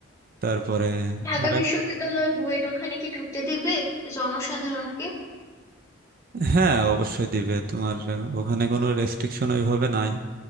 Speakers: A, on the right; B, on the left.
A: তারপরে
B: ঢাকা
A: আর
B: বিশ্ববিদ্যালয়
A: এক-
B: বুয়েট ওখানে কি ঢুকতে দিবে জনসাধারণকে
A: হ্যাঁ অবশ্যই দিবে তোমার আহ, ওখানে কোনো রেস্ট্রিকশন ওইভাবে নাই